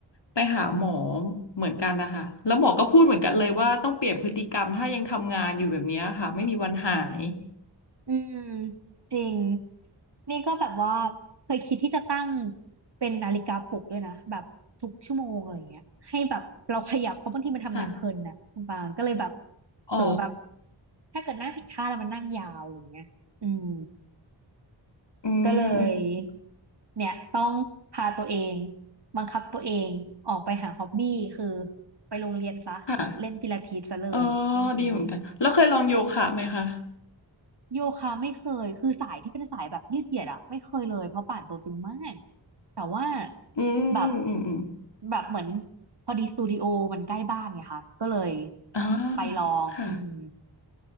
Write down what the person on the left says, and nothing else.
ไปหาหมอเหมือนกันนะคะแล้วหมอก็พูดเหมือนกันเลยว่าต้องเปลี่ยนพฤติกรรมถ้ายังทำงานอยู่แบบเนี้ยค่ะไม่มีวันหาย
ค่ะอ๋อ
อื
ม
ค่ะเออดีเหมือนกันแล้วเคยลองโยคะไหมคะ
อื
มอืมอืม
อ๋อ
ค่ะ